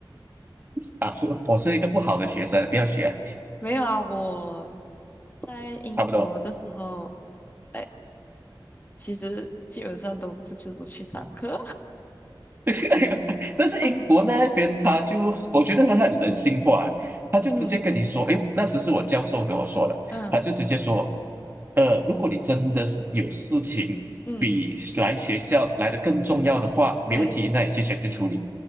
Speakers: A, on the right (about 25°); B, on the left (about 25°).
A: 啊，啊我是一个不好的学生，不要学，
B: 没有啊，我在英国的时候，
A: 差不多。
B: 哎，其实基本上都不怎么去上课，
A: <laughs> 但是英国那边他就，
B: <laughs> 嗯
A: 我觉得他很人性化，他就直接跟你说，
B: 嗯
A: 诶，那时是我教授跟我说的，
B: 嗯
A: 他就直接说，呃，如果你真的是有事情比来学校来的更重要的话，
B: 嗯，
A: 没问题，
B: 对。
A: 那你去选去处理。